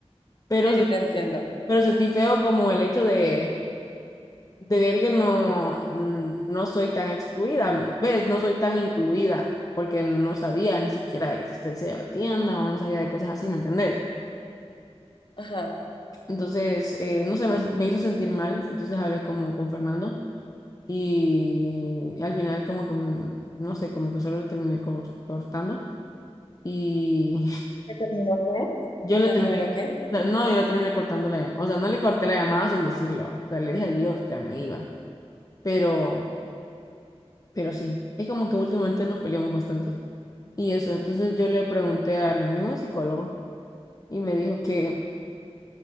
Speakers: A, on the left; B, on the left.
A: Pero,
B: Sí, sí,
A: se-
B: te entiendo.
A: pero sentí feo como el hecho de, de ver que no, mm, no soy tan excluida, ¿ves? No soy tan incluida. porque no sabía ni siquiera de la existencia de la tienda o no sabía de cosas así, ¿me entendés?
B: Ajá.
A: Entonces, eh, no sé, me, me hizo sentir mal, entonces hablé como con Fernando y al final como que, mm, no sé, como que solo lo terminé cor- cortando y
B: ¿Ya terminó qué?
A: <laughs> yo le
B: ¿Ya
A: terminé,
B: terminó qué?
A: o sea, no, yo le terminé cortando la llamada, o sea, no le corté la llamada sin decirle, va, o sea, le dije adiós, que me iba, pero, pero sí, es como que últimamente nos peleamos bastante y eso, entonces yo le pregunté a mi amigo psicólogo y me dijo que,